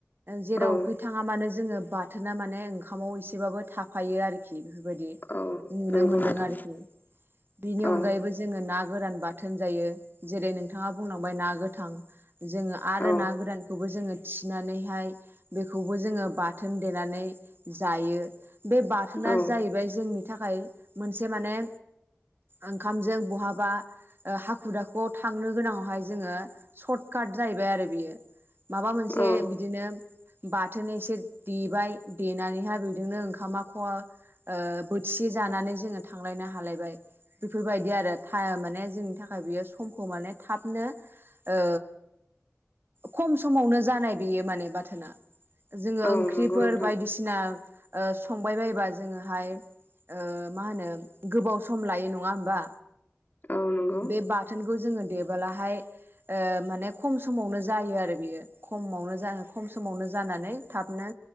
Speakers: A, on the right (about 50°); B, on the left (about 40°).
A: जेरावखि
B: औ
A: थाङा मानो जोङो बाथोना माने ओंखामाव एसेबाबो थाफायो आरोखि बेफोरबायदि
B: औ
A: नुनो
B: नंगौ
A: मोनदों
B: नोंथां
A: आरोखि बेनि अनगायैबो
B: औ
A: जोङो ना गोरान बाथोन जायो जेरै नोंथाङा बुंलांबाय ना गोथां जोङो आरो
B: औ
A: ना गोरानखौबो जोङो थिनानैहाय बेखौबो जोङो बाथोन देनानै जायो बे बाथोना
B: औ
A: जाहैबाय जोंनि थाखाय मोनसे माने ओंखामजों बहाबा ओ हाखु दाखुआव थांनो गोनांआवहाय जोङो सर्ट काट जाहैबाय आरो बियो माबा मोनसे
B: औ
A: बिदिनो बाथोन एसे देबाय देनानैहा बिदिनो ओंखामा खवा ओ बोथिसे जानानै जोङो थांलायनो हालायबाय बेफोरबायदि आरो था माने जोंनि थाखाय बियो समखौ माने थाबनो ओ खम समावनो जानाय बेयो माने बाथोना जोङो
B: औ
A: ओंख्रिफोर
B: नंगौ नोंथां
A: बायदिसिना ओ संबाय बायोबा जोङोहाय ओ मा होनो गोबाव सम लायो नङा होमबा
B: औ नंगौ
A: बे बा बाथोनखौ जोङो देबोलाहाय ओ माने खम समावनो जायो आरो बियो खमावनो जा खम समावनो जानानै थाबनो